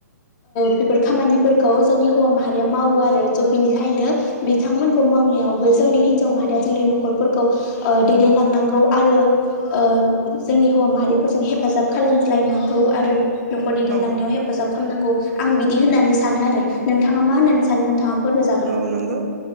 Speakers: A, on the left; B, on the right.
A: बेफोर खामानिफोरखौ जोंनि हौवा माहारिया मावो आरो स' बिनिखायनो बिथांमोनखौ मावनायावबो जोंनि हिनजाव माहारिया जोंनि न'खरफोरखौ ओ दैदेनलांनांगौ आरो ओ जोंनि हौवा माहारिफोरजों हेफाजाब खालामज्लायनांगौ आरो न'खर दैदेनलांनायाव
B: औ
A: हेफाजाब खालामनांगौ आं बिदि होननानै सानो आरो नोंथाङा मा होननानै सानो? नोंथाङा फोरमायजागोन
B: औ नंगौ